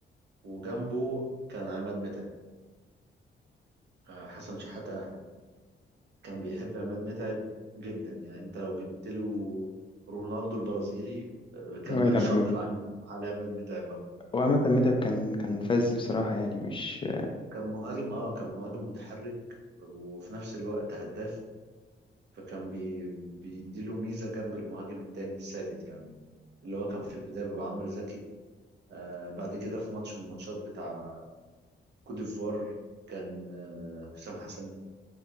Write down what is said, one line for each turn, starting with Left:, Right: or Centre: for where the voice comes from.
Right: وجنبه كان عماد متعب آه، حسن شحاتة كان بيحب عماد متعب جدا يعني أنت لو جبت له رونالدو البرازيلي آه، كان
Left: هو يلعب
Right: هيفضل
Left: متعب
Right: على على عماد متعب
Left: وعامة متعب كان كان فاز بصراحة يعني مش
Right: كان مهاجم اه كان مهاجم متحرك وفي نفس الوقت هداف فكان بي بيديله ميزة جنب المهاجم التاني الثابت يعني اللي هو كان في البداية بيبقى عمرو زكي آه بعد كده في ماتش من الماتشات بتاع كوت ديفوار كان آه حسام حسن